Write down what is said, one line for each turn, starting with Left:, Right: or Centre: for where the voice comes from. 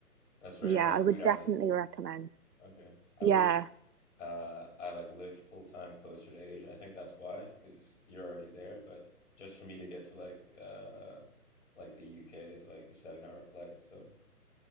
Left: That's right
Right: Yeah,
Left: up my food
Right: I would
Left: alley
Right: definitely
Left: too.
Right: recommend.
Left: Okay. I
Right: Yeah.
Left: wish uh I like lived full time closer to Asia. I think that's why, because you're already there, but just for me to get to like uh like the UK is like a seven hour flight. So